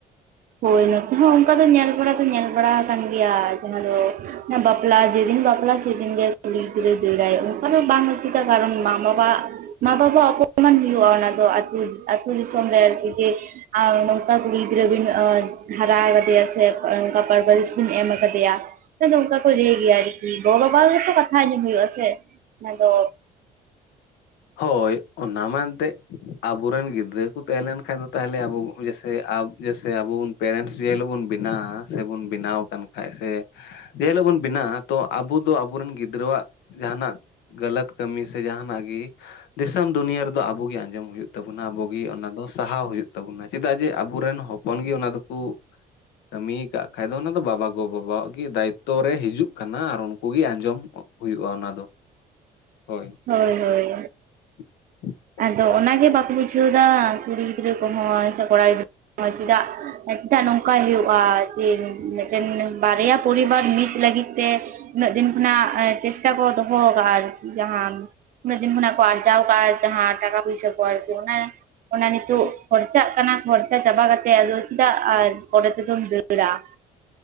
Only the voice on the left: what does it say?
ᱦᱳᱭ ᱚᱱᱟ ᱢᱟ ᱮᱱᱛᱮᱜ, ᱟᱵᱚᱨᱮᱱ ᱜᱤᱫᱽᱨᱟᱹ ᱠᱚ ᱛᱟᱦᱮᱸ ᱞᱮᱱᱠᱷᱟᱱ ᱫᱚ ᱛᱟᱦᱚᱞᱮ ᱟᱵᱚ ᱡᱮᱥᱮ ᱡᱮᱥᱮ ᱟᱵᱩᱱ ᱯᱮᱨᱮᱱᱴᱥ ᱡᱮ ᱦᱤᱞᱳᱜ ᱵᱚᱱ ᱵᱮᱱᱟᱜᱣᱟ ᱥᱮᱵᱚᱱ ᱵᱮᱱᱟᱣ ᱟᱠᱟᱱ ᱾ ᱦᱮᱸ ᱥᱮ ᱡᱮ ᱦᱤᱞᱳᱜ ᱵᱚᱱ ᱵᱮᱱᱟᱜᱼᱟ, ᱛᱚ ᱟᱵᱚ ᱫᱚ ᱟᱵᱚᱨᱮᱱ ᱜᱤᱫᱽᱨᱟᱹᱣᱟᱜ ᱡᱟᱦᱟᱱᱟᱜ ᱜᱟᱹᱞᱟᱹᱛ ᱠᱟᱹᱢᱤ ᱥᱮ ᱡᱟᱦᱟᱱᱟᱜ ᱜᱮ ᱾ ᱫᱤᱥᱚᱢ ᱫᱩᱱᱤᱭᱟᱹ ᱨᱮᱫᱚ ᱟᱵᱚ ᱜᱮ, ᱟᱸᱡᱚᱢ ᱦᱩᱭᱩᱜ ᱛᱟᱵᱚᱱᱟ ᱟᱵᱚᱜ ᱜᱮ ᱚᱱᱟ ᱫᱚ ᱾ ᱥᱟᱦᱟᱣ ᱦᱩᱭᱩᱜ ᱛᱟᱵᱚᱱᱟ ᱪᱮᱫᱟᱜ ᱡᱮ ᱟᱵᱚᱨᱮᱱ ᱦᱚᱯᱚᱱ ᱜᱮ ᱚᱱᱟ ᱫᱚᱠᱚ ᱠᱟᱹᱢᱤᱭ ᱠᱟᱜ ᱠᱷᱟᱡ ᱫᱚ ᱚᱱᱟ ᱫᱚ ᱵᱟᱵᱟ ᱜᱚ ᱵᱟᱵᱟᱣᱟᱜ ᱜᱮ ᱫᱟᱭᱤᱛᱚ ᱾ ᱚᱠᱛᱚ ᱨᱮ ᱦᱤᱡᱩᱜ ᱠᱟᱱᱟ ᱟᱨ ᱩᱱᱠᱩ ᱜᱮ ᱟᱸᱡᱚᱢ ᱦᱩᱭᱩᱜᱼᱟ ᱚᱱᱟ ᱫᱚ ᱦᱳᱭ
<inaudible>